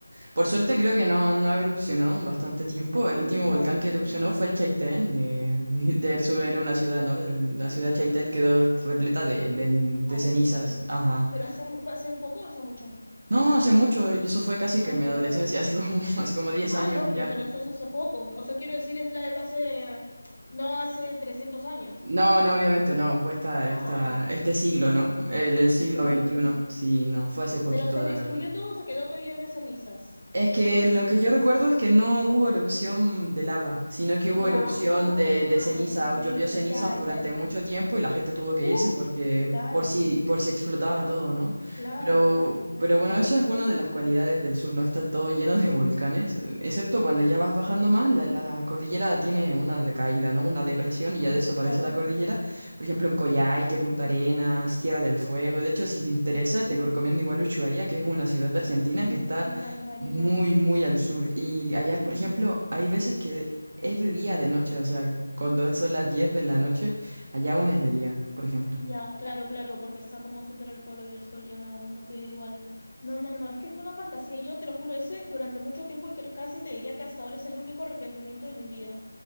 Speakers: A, on the right; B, on the left.
A: Por suerte creo que no, no ha erupcionado en bastante tiempo. El
B: Mm,
A: último
B: Ya,
A: volcán
B: qué
A: que erupcionó
B: bien.
A: fue el Chaitén. Eh, <laughs> del sur era una ciudad, ¿no? El- la ciudad Chaitén quedó repleta de, de de
B: Así.
A: cenizas. Ajá.
B: ¿Pero hace, mu- hace poco o hace mucho?
A: No, hace mucho, y eso fue casi
B: Ah,
A: que en
B: ya,
A: mi adolescencia,
B: ya, ya.
A: hace como, <laughs> hace como 10
B: Ah,
A: años
B: no, pero,
A: ya.
B: pero eso es hace poco. O sea, quiero decir, es la hace, no hace trescientos años.
A: No, no, obviamente no, fue esta,
B: Ah,
A: esta, este siglo, ¿no? El, el siglo
B: ya,
A: veintiuno,
B: ya, ya.
A: sí, no, fue hace poquito,
B: Pero se
A: la
B: destruyó
A: verdad.
B: todo, se quedó todo lleno de cenizas.
A: Es que lo que yo recuerdo es que no hubo erupción de lava, sino que hubo
B: Ya,
A: erupción
B: ah,
A: de, de ceniza,
B: de
A: o
B: ceniza,
A: llovió cenizas
B: ya,
A: durante
B: ya, ya.
A: mucho tiempo y la gente tuvo que
B: Uf,
A: irse porque
B: claro,
A: por si, por si explotaba todo, ¿no?
B: claro,
A: Pero,
B: claro, claro,
A: pero bueno,
B: evacuar,
A: eso es una de las cualidades del sur, no está todo lleno de volcanes, excepto cuando ya vas bajando más, la, la cordillera tiene una decaída, ¿no? Una depresión y ya desaparece
B: claro.
A: la cordillera. Por ejemplo, en Coyhaique, Punta Arenas, Tierra del Fuego. De hecho, si te interesa,
B: Sí,
A: te recomiendo igual Ushuaia, que es una ciudad de Argentina
B: me,
A: que está
B: me encantaría,
A: muy, muy al sur. Y allá,
B: sí.
A: por ejemplo, hay veces que de- es de día, de noche. O sea, cuando son las 10 de la noche, allá aún es de día, por ejemplo.
B: Ya, claro, claro, porque está como súper al polo y el sol ya no, no pega igual. No, no, no, es que es una fantasía. Yo te lo juro, ese durante mucho tiempo y cre- casi te diría que hasta ahora es el único arrepentimiento de mi vida.